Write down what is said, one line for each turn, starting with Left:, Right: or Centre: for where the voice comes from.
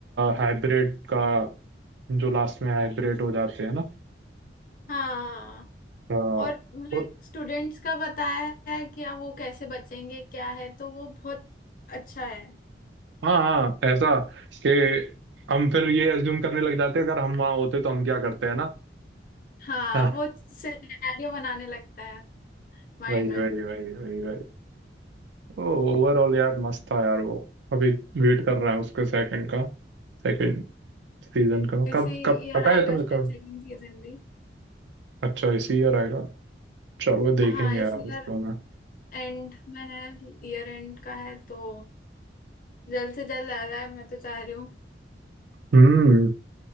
Right: हाइब्रिड का जो लास्ट में हाइब्रिड हो जाते हैं ना
Left: हाँ
Right: अ,
Left: और लाइक
Right: और
Left: स्टूडेंट्स का बताया है कि अब वो कैसे बचेंगे क्या है तो वो बहुत अच्छा है
Right: हाँ हाँ ऐसा कि हम फिर ये अज्यूम करने लग जाते हैं अगर हम वहाँ होते तो हम क्या करते हैं ना <laughs>
Left: हाँ
Right: हाँ,
Left: वो सिनेरियो बनाने लगता है माइंड
Right: वही
Left: में
Right: वही वही वही वही ओवरऑल यार मस्त था यार वो अभी वेट कर रहा है उसके सेकंड का सेकंड सीजन का
Left: इसी
Right: कब कब
Left: ईयर
Right: पता
Left: आएगा
Right: है तुम्हें
Left: शायद
Right: कब
Left: सेकंड सीजन भी
Right: अच्छा इसी ईयर आएगा चलो
Left: हाँ
Right: देखेंगे
Left: इस
Right: यार
Left: ईयर
Right: उसको मैं
Left: एंड में है ईयर एंड का है तो जल्द से जल्द आ रहा है मैं तो चाह रही हूँ
Right: हम्म